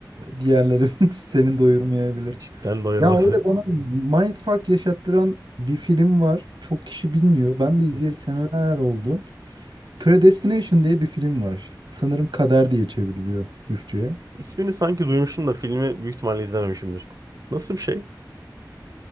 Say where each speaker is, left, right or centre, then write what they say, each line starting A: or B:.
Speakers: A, on the right (about 75°); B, on the right (about 50°).
A: diğerleri <laughs> seni doyurmayabilir.
B: Cidden doyurmadı.
A: Ya öyle bana mindfuck yaşattıran bir film var. Çok kişi bilmiyor. Ben de izleyeli
B: Hı.
A: seneler oldu. Predestination diye bir film var. Sanırım Kader diye çevriliyor Türkçe'ye.
B: İsmini sanki duymuşum da filmi büyük ihtimalle izlememişimdir. Nasıl bir şey?